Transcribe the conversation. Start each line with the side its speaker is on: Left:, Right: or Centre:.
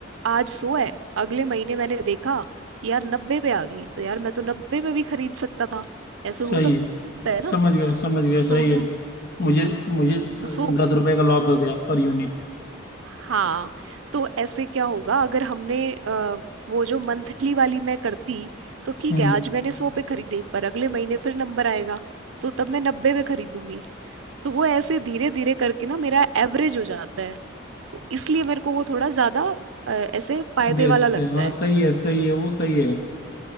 Right: आज सो है अगले महीने मैंने देखा कि यार नब्बे पे आ गई तो यार मैं तो नब्बे पे भी खरीद सकता था ऐसे हो
Left: सही
Right: सकता
Left: है
Right: है ना
Left: समझ गया समझ गया सही
Right: तो तुम
Left: है मुझे मुझे
Right: तो सो
Left: दस रुपए का लॉस हो गया पर यूनिट
Right: हाँ तो ऐसे क्या होगा अगर हमने अ, वो जो मंथली वाली मैं करती तो ठीक
Left: हम्म
Right: है आज मैंने सौ पे खरीदे पर अगले महीने फिर नंबर आएगा तो तब मैं नब्बे पे खरीदूंगी तो वो ऐसे धीरे धीरे करके ना मेरा एवरेज हो जाता है तो इसलिए मेरे को वो थोड़ा ज्यादा अ, ऐसे फायदे
Left: बेस्ड
Right: वाला लगता
Left: है हाँ
Right: है
Left: सही है सही है वो सही है